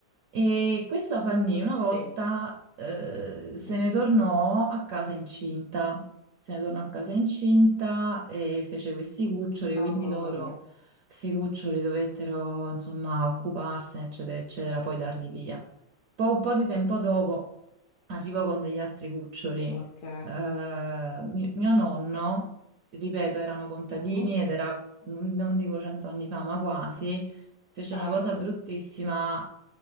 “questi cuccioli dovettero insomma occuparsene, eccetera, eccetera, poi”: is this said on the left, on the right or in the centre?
Right